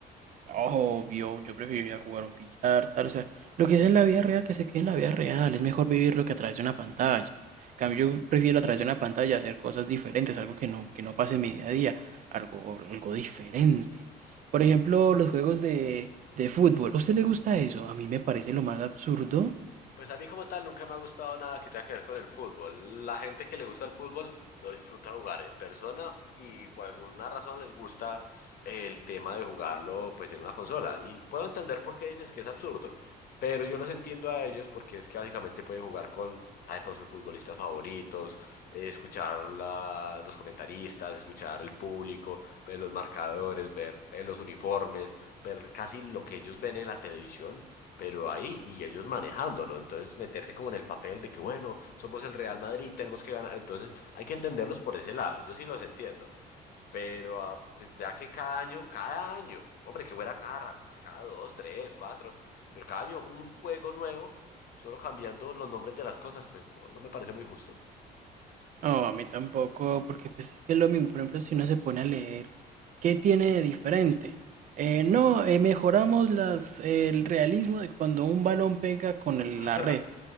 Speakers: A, on the right; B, on the left.
A: Obvio, yo preferiría jugar un billar, tal, o sea, lo que es en la vida real, que se quede en la vida real, es mejor vivirlo que a través de una pantalla. En cambio, yo prefiero a través de una pantalla hacer cosas diferentes, algo que no, que no pase en mi día a día, algo, algo diferente. Por ejemplo, los juegos de, de fútbol, ¿a usted le gusta eso? A mí me parece lo más absurdo
B: Pues a mí como tal nunca me ha gustado nada que tenga que ver con el fútbol. La gente que le gusta el fútbol lo disfruta jugar en persona y por alguna razón les gusta el tema de jugarlo pues en una consola. Y puedo entender por qué dices que es absurdo, pero yo los entiendo a ellos porque es que básicamente pueden jugar con, a ver, con sus futbolistas favoritos, eh, escuchar la- los comentaristas, escuchar el público, ver los marcadores, ver eh, los uniformes, ver casi lo que ellos ven en la televisión pero ahí y ellos manejándolo. Entonces, meterse como en el papel de que, bueno, somos el Real Madrid, tenemos que ganar. Entonces, hay que entenderlos por ese lado. Yo sí los entiendo. Pero ah, pues ya que cada año, cada año, hombre, que fuera cada, ra- cada dos, tres, cuatro, pero cada año un juego nuevo, solo cambiando los nombres de las cosas, pues no, no me parece muy justo.
A: No, a mí tampoco, porque pues es que es lo mismo, por ejemplo, si uno se pone a leer, ¿qué tiene de diferente? Eh, no, eh, mejoramos las, eh, el realismo de cuando un balón pega con el-
B: <laughs>
A: la red.